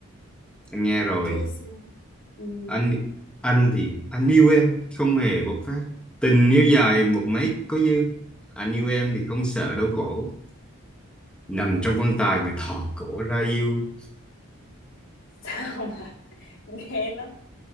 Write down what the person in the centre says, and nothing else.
Anh nghe rồi.
Anh anh thì anh yêu em không hề bộc phát. Tình yêu dài một mấy có dư. Anh yêu em thì không sợ đau khổ. Nằm trong quan tài mà thò cổ ra yêu.